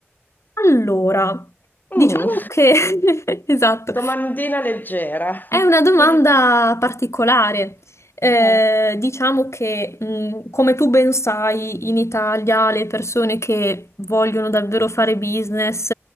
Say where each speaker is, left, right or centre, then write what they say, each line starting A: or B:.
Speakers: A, on the left; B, on the left.
A: Allora,
B: Mm,
A: diciamo che <laughs> esatto,
B: <laughs> Domandina leggera.
A: È una domanda
B: Il...
A: particolare. Eh,
B: eh,
A: diciamo che, mh, come tu ben sai, in Italia le persone che vogliono davvero fare business